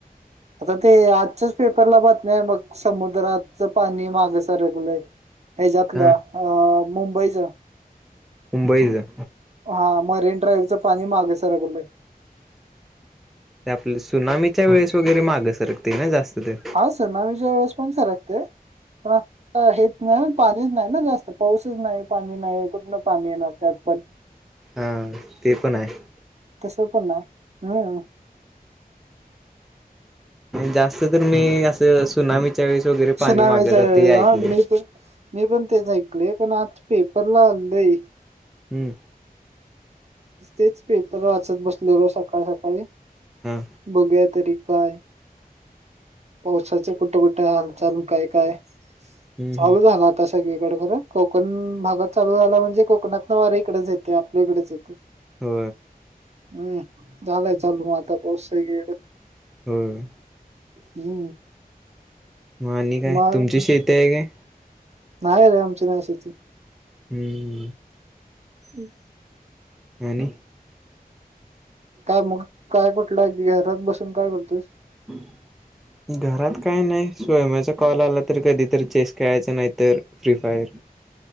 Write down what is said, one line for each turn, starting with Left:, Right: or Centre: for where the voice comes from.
Right: आता ते आजच्याच पेपरला बातमी्या आहे मग समुद्राच पाणी माग सरकलय. ह्याच्यातल्या
Centre: हा
Right: अ मुंबईच
Centre: मुंबईचं.
Right: हा मरीन ड्राईव्ह च पाणी मागे सरकल
Centre: ते आपल्या सुनामीच्या वेळेस वगैरे मागं सरकते ना जास्त ते
Right: हा सर नावीच्या वेवस पण सारखते पण हेच नाही पाणीच नाही ना जास्त पाऊसच नाही पाणी नाही कुठन पाणी येणार तेत पण
Centre: हा ते पण आहे
Right: तस पण नाही हम्म
Centre: जास्त तर मी असं सुनामीच्या वेळेस वगैरे पाणी
Right: सुनामीच्या
Centre: मागत जाते
Right: वेळेस हा
Centre: ऐकले
Right: मी पण मी पण तेच ऐकले पण आज पेपरला आललंय
Centre: हम्म
Right: तेच पेपर वाचत बसले रो सकाळी सकाळी
Centre: हा
Right: बघुया तरी काय ववसााच कुठे कुठे हालचाल काय काय
Centre: हम्
Right: चालू झाला आता सगळीकडे खरं कोकण भागात चालू झाला म्हणजे कोकणात ना वारी इकडेच येते आपल्या इकडेच येते
Centre: हो
Right: हम्म झालाय चालू मग आता पाऊस सगळीकड
Centre: होय
Right: हम्म
Centre: मा आणि काय
Right: मग
Centre: तुमची शेती आहे काय
Right: नाही रे आमच्या नाशथ
Centre: हम्म
Right: हम्
Centre: आणि
Right: काय मग काय कुठलंय की घरात बसून काय करतोयस
Centre: हम् घरात काही नाही स्वयमाचा कॉल आला तर कधीतरी चेस खेळायचा नाही तर फ्री फायर